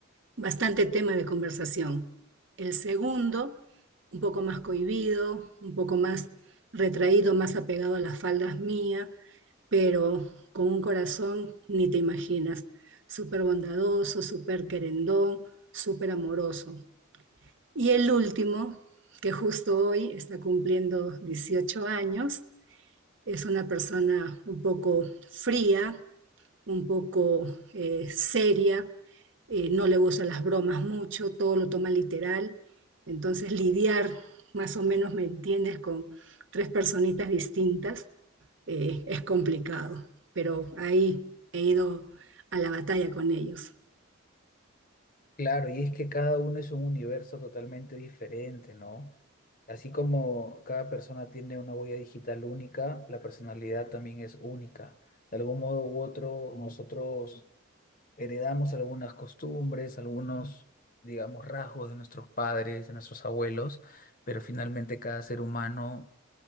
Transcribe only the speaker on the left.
Claro, y es que cada uno es un universo totalmente diferente, ¿no? Así como cada persona tiene una huella digital única, la personalidad también es única. De algún modo u otro, nosotros heredamos algunas costumbres, algunos, digamos, rasgos de nuestros padres, de nuestros abuelos, pero finalmente cada ser humano